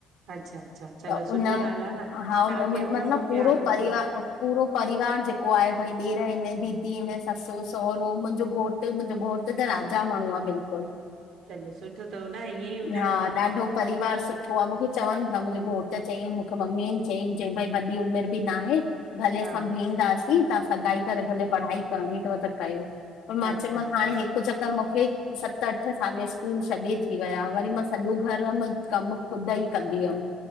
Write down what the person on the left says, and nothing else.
त
उन
हा
मतिलब
पूरो
परिवार
पूरो परिवार जेको आहे भई ॾेर आइनि, दीदी आहिनि, ससु सहुरो, मुंहिंजो घोटु मतिलब घोट त राजा माण्हू आ बिल्कुलु।
हा
ॾाढो परिवार सुठो आ, मूंखे चवनि पिया मुंहिंजो घोट चयई मूंखे मम्मी चयई, चयईं भई वॾी उमिरि बि ना हे भले असां
भिहंदासीं, तव्हां सगाई करे भले पढ़ाई करणी थव त कयो। पर मां
चयोयमांसि हाणे हिकु चक्कर मूंखे सत अठ साले स्कूल छॾे थी विया, वरी मां सॼो घर में कमु ख़ुद ई कंदी हुयमि।